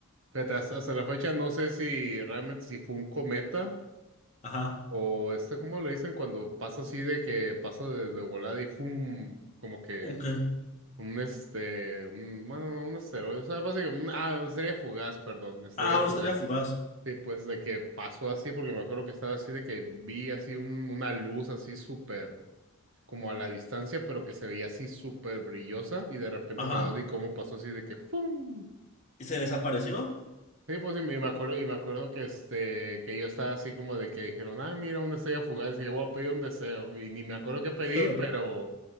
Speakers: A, on the right (about 60°); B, on the left (about 30°).
A: Fíjate, hasta, hasta la fecha no sé si realmente si fue un cometa
B: ajá.
A: o esta, ¿cómo le dicen? Cuando pasa así de que pasa de, de volada y fum, como que
B: ¿Un qué?
A: un este, un- bueno, no, un asteroide, o sea, básicamente, un- ah, estrella fugaz, perdón, estrella
B: Ah,
A: fugaz.
B: una estrella fugaz.
A: Sí, pues de que pasó así, porque me acuerdo que estaba así de que vi así un- una luz así súper, como a la distancia, pero que se veía así súper brillosa y de repente
B: Ajá.
A: nada, vi cómo pasó así de que ¡fum!
B: ¿Y se desapareció?
A: Sí, pues y me y me acuerdo, y me acuerdo que este, que yo estaba así como de que dijeron, ah, mira, una estrella fugaz, y yo voy a pedir un deseo. Y ni me acuerdo qué pedí,
B: <laughs>
A: pero